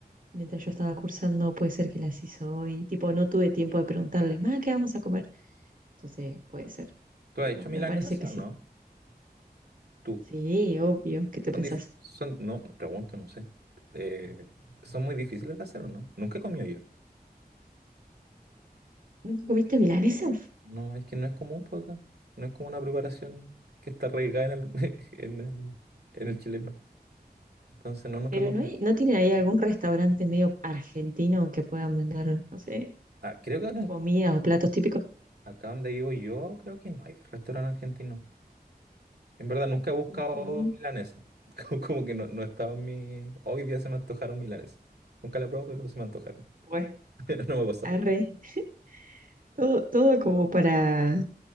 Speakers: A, on the right; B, on the right.
A: mientras yo estaba cursando, puede ser que las hizo hoy, tipo no tuve tiempo de preguntarle, ma, ¿qué vamos a comer? Entonces puede ser,
B: ¿Tú
A: pero
B: has hecho milanesa,
A: me parece
B: sí
A: que
B: o
A: sí.
B: no? Tú.
A: Sí, obvio, ¿qué te
B: Son,
A: pensás?
B: dif- son, no, pregunto, no sé. Eh, ¿son muy difíciles de hacer o no? Nunca he comido yo.
A: ¿Nunca comiste milanesa?
B: No, es que no es común por acá. No es como una preparación que está arraigada en el, <laughs> en el, en el chileno. Entonces, no, nunca
A: Pero
B: he comido.
A: no hay, no tienen ahí algún restaurante medio argentino que puedan vender, no sé,
B: Ah, creo que acá,
A: comidas o platos típicos.
B: acá donde vivo yo, creo que no hay restaurante argentino. En verdad, nunca he buscado
A: Ujú.
B: milanesa. <laughs> Como, como que no, no estaba en mi... Hoy día se me antojaron milanesa. Nunca la he probado, pero se me antojaron.
A: Bueno,
B: <laughs> No me ha pasado.
A: arre. <laughs> Todo, todo como para,